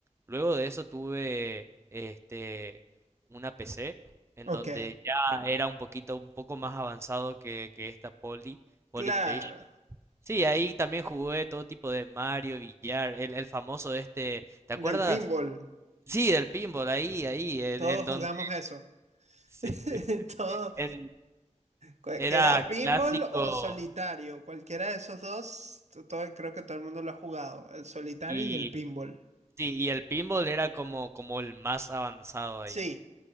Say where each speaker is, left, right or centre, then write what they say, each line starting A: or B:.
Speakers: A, on the right (about 20°); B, on the right (about 65°).
A: luego de eso tuve este una PC en
B: Ok,
A: donde ya era un poquito, un poco más avanzado que, que esta Poly, Polystation.
B: claro.
A: Sí, ahí también jugué todo tipo de Mario, billar, el, el famoso este, ¿te acuerdas?
B: Del pinball.
A: Sí, del pinball, ahí, ahí, en,
B: Todos
A: en donde
B: jugamos eso.
A: sí,
B: <laughs> Todo,
A: en-
B: cu-
A: era
B: que era pinball
A: clásico
B: o solitario. Cualquiera de esos dos, t- todo, creo que todo el mundo lo ha jugado. El solitario
A: y
B: y el pinball.
A: sí, y el pinball era como, como el más avanzado ahí.
B: Sí,